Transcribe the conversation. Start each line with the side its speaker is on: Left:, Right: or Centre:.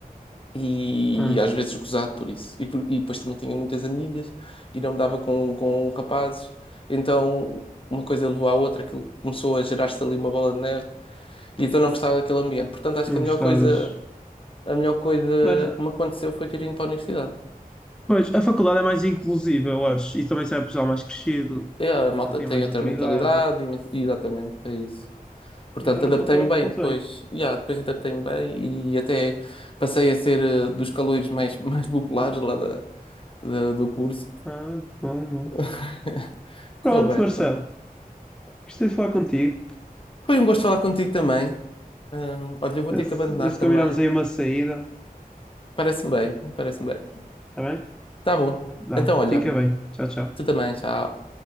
Left: e
Centre: ah,
Left: às vezes gozado por isso. E, por- e depois também tinha muitas amigas e não me dava com, com rapazes. Então uma coisa levou à outra, aquilo começou a gerar-se ali uma bola de neve e então não gostava daquele ambiente. Portanto, acho
Centre: não
Left: que a
Centre: gostavas.
Left: melhor coisa, a melhor coisa
Centre: Mano,
Left: que me aconteceu foi ter ido para a universidade.
Centre: pois, a faculdade é mais inclusiva, eu acho. E também sai pessoal mais crescido,
Left: É, a malta
Centre: já tem
Left: tem
Centre: mais
Left: outra
Centre: maturidade.
Left: mentalidade e, men- e exatamente, é isso. Portanto,
Centre: Então na
Left: adaptei-me
Centre: faculdade
Left: bem
Centre: correu
Left: depois.
Centre: bem.
Left: Yeah, depois adaptei-me bem e até passei a ser eh, dos caloiros mais, <laughs> mais populares lá da, da- do curso.
Centre: Ah, que bom, bom.
Left: <laughs> Correu
Centre: Pronto,
Left: bem,
Centre: Marcelo.
Left: correu.
Centre: Gostei de falar contigo.
Left: Foi um gosto falar contigo também. Hum, olha, eu vou
Centre: Se,
Left: ter que abandonar
Centre: se
Left: também.
Centre: combinamos aí uma saída.
Left: Parece-me bem, parece-me bem.
Centre: Está bem?
Left: Tá bom.
Centre: Vá,
Left: Então, olha,
Centre: fica bem. Tchau, tchau.
Left: tu também, tchau.